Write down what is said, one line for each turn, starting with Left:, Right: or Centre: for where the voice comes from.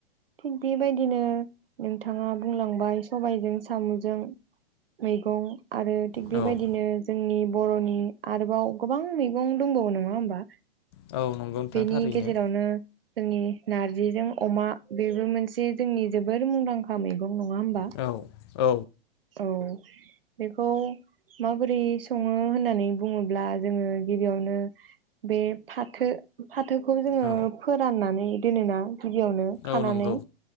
Right: थिग बेबायदिनो नोंथाङा बुंलांबाय सबायजों साम'जों मैगं आरो थिग बेबायदिनो
Left: औ
Right: जोंनि बर'नि आरोबाव गोबां मैगं दंबावो नङा होमबा
Left: औ नंगौ नोंथां
Right: बेनि
Left: थारैनो
Right: गेजेरावनो जोंनि नारजिजों अमा बेबो मोनसे जोंनि जोबोर मुंदांखा मैगं नङा होमबा?
Left: औ औ
Right: औ बेखौ माबोरै सङो होननानै बुङोब्ला जोङो गिबियावनो बे फाथो फाथोखौ जोङो
Left: औ
Right: फोराननानै दोनोना गिबियावनो खानानै
Left: औ नंगौ